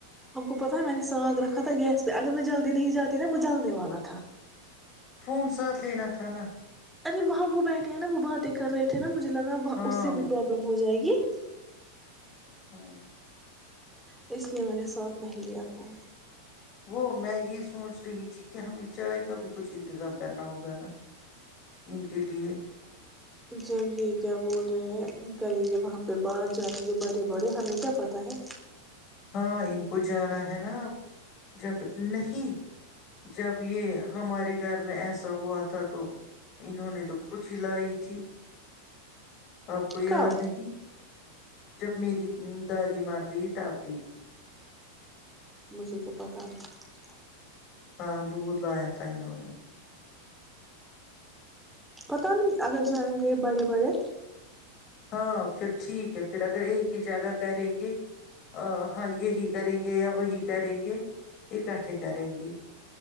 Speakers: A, in the centre; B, on the left.
A: ہم کو پتہ ہے میں نے ساگ رکھا تھا گیس پہ اگر میں جلدی نہیں جاتی نا وہ جلدنے والا تھا
B: فون ساتھ لینا تھا نا
A: ارے وہاں وہ بیٹھے ہیں نا وہ باتیں کرے تھے نا مجھے لگا وہاں
B: ہاں
A: اس سے بھی پروابلم ہو جائے گی <inaudible>
B: ہاں
A: ا اس لیے میں نے ساتھ نہیں لیا فون
B: وہ میں یہ سوچ رہی تھی کہ ہمیں چائے کا بھی کچھ انتظام کرنا ہوگا نا ان کے لیے
A: جب جی کیا بول رہے ہیں کریں گے وہاں پہ باہر جائیں گے بڑے بڑے ہمیں کیا پتہ ہے
B: ہاں ان کو جانا ہے نا اب جب نہیں جب یہ ہمارے گھر میں ایسا ہوا تھا تو انہوں نے تو کج ہی لائی تھی آپ کو یاد
A: کب
B: نہیں جب میری دادی مار گئی تب تھ <unintelligible> <inaudible>
A: مجھے تو پتاہ نہیں
B: ہاں دودھ لایا تھا انہوں نے
A: پتا نہیں اگر جائیں گے بڑے بڑے
B: ہاں پھر ٹھیک ہے پھر اگر ایک ہی جگہ کریں گے ہاں یہی کریں گے یا وہی کریں گے اکٹھے کریں گے